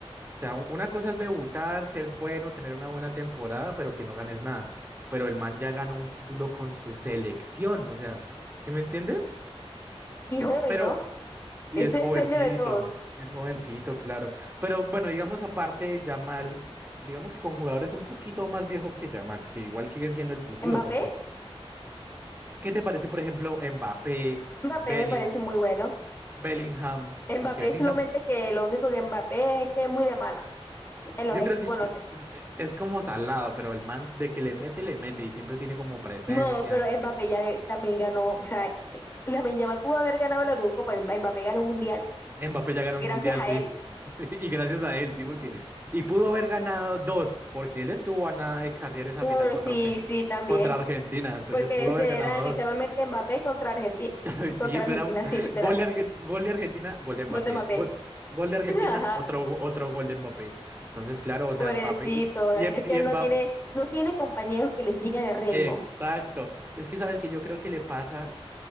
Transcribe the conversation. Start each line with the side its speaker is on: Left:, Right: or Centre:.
Right: O sea, u- una cosa es debutar, ser bueno, tener una buena temporada, pero que no ganes nada, pero el man ya ganó un título con su selección, o sea, ¿sí me entiendes?
Left: Y joven,
Right: Pero
Left: ¿no?
Right: y
Left: Es
Right: es
Left: el
Right: jovencito,
Left: sueño de todos.
Right: y es jovencito, claro. Pero bueno, digamos aparte de Yamal, digamos que con jugadores un poquito más viejos que Yamal, que igual siguen siendo el futuro,
Left: Mbappé,
Right: porque ¿qué te parece, por ejemplo, Mbappé,
Left: Mbappé
Right: Belling-
Left: me parece muy bueno.
Right: Bellingham? Porque
Left: Mbappé
Right: Bellingham,
Left: solamente que lo único que Mbappé es que es muy de mala en los
Right: yo
Left: equipos
Right: creo que es,
Left: en los que
Right: es- es como salado, pero el man de que le mete, le mete y siempre tiene como presencia.
Left: No, pero Mbappé ya de- también ganó, o sea, <laughs> Lamine Yamal pudo haber ganado el Eurocopa, pero Mbappé ganó un mundial
Right: Mbappé ya ganó
Left: gracias
Right: el mundial,
Left: a
Right: sí.
Left: él.
Right: <laughs> Y gracias a él, sí, porque. Y pudo haber ganado dos, porque él estuvo a nada de carrear esa
Left: Uh,
Right: final contra,
Left: sí,
Right: Arge-
Left: sí, también,
Right: contra Argentina. Entonces
Left: porque
Right: pudo
Left: o sea,
Right: haber ganado
Left: era literalmente
Right: dos.
Left: Mbappé contra Argentina,
Right: <laughs> Sí,
Left: contra
Right: eso
Left: Argentina,
Right: era un
Left: sí, literal.
Right: gol de, Arge- gol de Argentina, gol de Mbappé.
Left: Gol de Mbappé.
Right: Gol, gol de Argentina,
Left: <laughs> Ajá,
Right: otro, go- otro gol de Mbappé. Entonces, claro, o sea,
Left: pobrecito,
Right: Mbappé. Y,
Left: es
Right: y, Em-
Left: que
Right: y
Left: él
Right: Mbappé.
Left: no tiene no tiene compañeros que le sigan el ritmo.
Right: Exacto. Es que sabes que yo creo que le pasa.